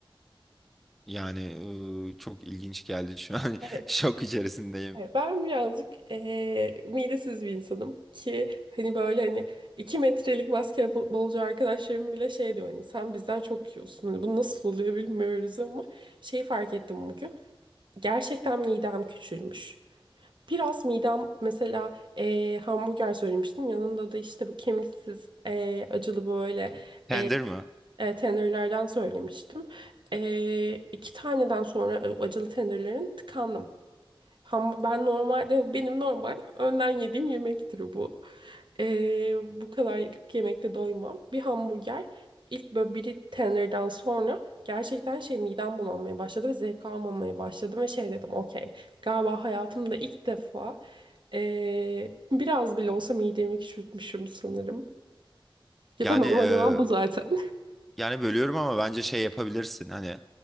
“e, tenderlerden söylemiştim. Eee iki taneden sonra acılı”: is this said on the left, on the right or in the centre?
Right